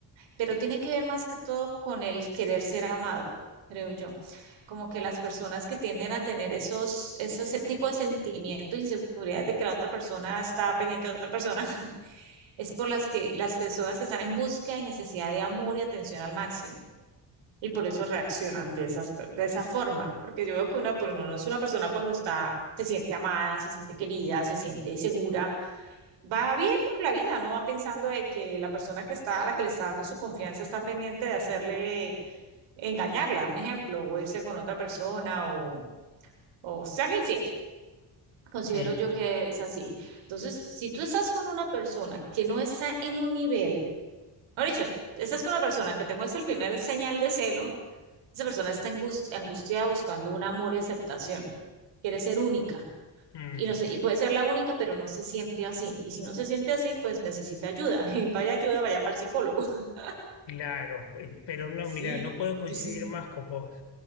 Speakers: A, on the right; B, on the left.
A: pero tiene que ver más que todo con el querer ser amado, creo yo. Como que las personas que tienden a tener esos, esos tipos de sentimientos, inseguridades de que la otra persona está pendiente de otra persona, <laughs> es por las que las personas que están en busca y necesidad de amor y atención al máximo y por eso reaccionan de, esas, per- de esa forma, porque yo veo que una, por lo menos una persona cuando está, se siente amada, se siente querida, se siente segura, va bien por la vida, no va pensando de que la persona que está, a la que le está dando su confianza está pendiente de hacerle, engañarla, un ejemplo, o irse con otra persona o, o serle infiel. Considero
B: sí.
A: yo que es así. Entonces, si tú estás con una persona que no está en un nivel, no dicho, estás con una persona que te muestra el primer señal de celo, esa persona está angus- angustiada buscando un amor y aceptación. Quiere ser única.
B: Mm.
A: Y, no sé, y puede ser la única, pero no se siente así. Y si no se siente así, pues necesita ayuda. <laughs> Y vaya ayuda, vaya para el psicólogo. <laughs>
B: Claro, eh, pero no,
A: Sí,
B: mirá, no puedo coincidir
A: yo sí-
B: más con vos.